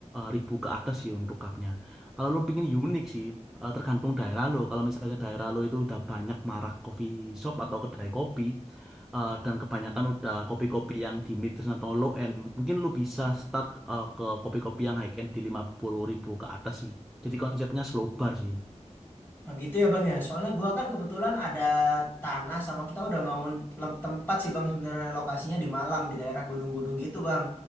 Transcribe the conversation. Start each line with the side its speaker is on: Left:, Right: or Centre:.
Centre: ribu ke atas sih untuk cupnya. Kalau lo pingin unik sih, eh, tergantung daerah lo. Kalau misalnya daerah lo itu udah banyak marak coffee shop atau kedai kopi, eh, dan kebanyakan udah kopi-kopi yang di mid-range atau low-end, mungkin lu bisa start eh, ke kopi-kopi yang high-end di 50.000 ke atas sih. Jadi konsepnya slow bar sih.
Left: Nah, gitu ya Bang ya. Soalnya gua kan kebetulan ada tanah sama kita udah bangun lem- tempat sih Bang sebenarnya lokasinya di Malang di daerah gunung-gunung gitu Bang.